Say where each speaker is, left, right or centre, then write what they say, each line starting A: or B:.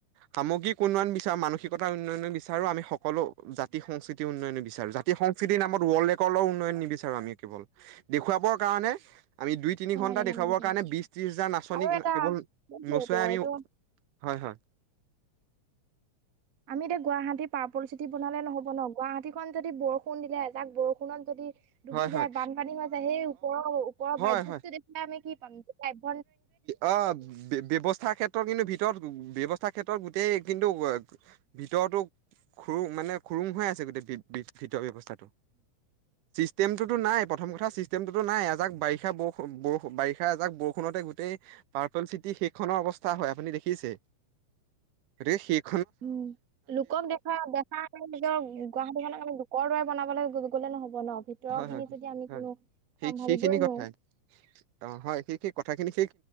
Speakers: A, on the right; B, on the right.
A: সামগ্ৰিক উন্নয়ন বিচাৰো মানসিকতাৰ উন্নয়ন বিচাৰি আমি সকলো জাতি সংস্কৃতিৰ উন্নয়ন বিচাৰো জাতি সংস্কৃতি নামত ৱৰ্ল্ড। কলৰ উন্নয়ন নিবিচাৰো আমি কেৱল। দেখুৱাবৰ। গানে। আমি দুই তিনি
B: নালাগে
A: ঘন্টা দেখুৱাবৰ
B: নালাগে তেনেকুৱা
A: কাৰণে বিশ ত্ৰিশ হাজাৰ নাচনী
B: আৰু এটা
A: কেৱল
B: এইটো
A: নোচোৱাই
B: এইটো
A: আমি।
B: এইটো
A: হয় -হয়
B: আমি এতিয়া গুৱাহাটী পাম। পৰিস্থিতি বনালে নহ'ব ন গুৱাহাটীখন যদি বৰষুণ দিলে এজাক বৰষুণত যদি। ডুবি
A: হয় হয়
B: যায় বানপানী হয় যায় সেই ওপৰৰ ওপৰৰ
A: হয়
B: <unintelligible>
A: হয়
B: দেখিলে আমি কি পানী টো পাইপ।
A: অ' ব্যৱস্থাৰ ক্ষেত্ৰত কিন্তু ভিতৰত ব্যৱস্থাৰ ক্ষেত্ৰত গোটেই কিন্তু ভিতৰতো খু মানে খুৰুং হৈ আছে গোটেই ভিতৰৰ ব্যৱস্থা। <inaudible> চিষ্টেমটো নাই প্ৰথম কথা চিষ্টেমটোো নাইএজাক বাৰিষা ব বাৰিষা এজাক বৰষুণতে। গোতেই পাৰ্পল চিটি শেখনৰ অৱস্থা হয় আপুনি দেখিছে গ শ
B: উম লোকক দেখা -দেখা আমি নিজৰ গুৱাহাটীখনক আমি লোকৰ দৰে বনাবলৈ। গ'লে নহব। ন ভিতৰৰ
A: হয়
B: খিনি
A: -হয়-
B: যদি আমি
A: হয়
B: কোনো চম্ভালিবই
A: স সেইখিনি
B: নোৱাৰো
A: কথাই অ' হয় স -স কথাখিনি